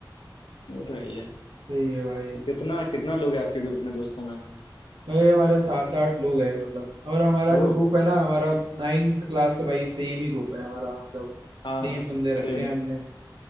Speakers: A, on the left; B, on the right.
A: वो तो है ही है
B: सही है भाई
A: तो कितना कितना लोग हैं आपके ग्रुप में दोस्तों में
B: भाई हमारे सात आठ लोग हैं मतलब और हमारा
A: ओ
B: जो ग्रुप है ना हमारा नाइन्थ क्लास से भाई सेम ही ग्रुप है हमारा मतलब
A: हाँ
B: सेम बंदे
A: सेम
B: रखे हैं हमने